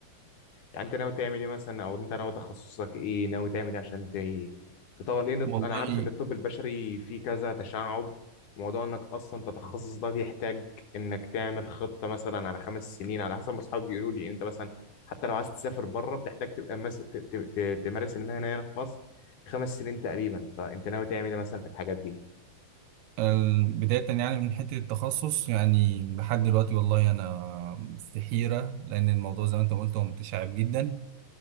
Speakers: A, on the left; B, on the right.
A: يعني انت ناوي تعمل ايه مثلا او انت ناوي تخصصك ايه ناوي تعمل ايه عشان ت- تطور لان انا
B: والله
A: عارف ان الطب البشري فيه كذا تشعب وموضوع انك اصلا تتخصص ده بيحتاج انك تعمل خطة مثلا على خمس سنين على حسب ما اصحابي بيقولوا لي انت مثلا حتى لو عايز تسافر بره بتحتاج تبقى مس... ت... ت... ت... تمارس المهنة هنا في مصر خمس سنين تقريبا فانت ناوي تعمل ايه مثلا في الحاجات دي
B: آه، بداية يعني من حتة التخصص يعني لحد دلوقتي والله أنا في حيرة لأن الموضوع زي ما أنت قلت هو متشعب جدا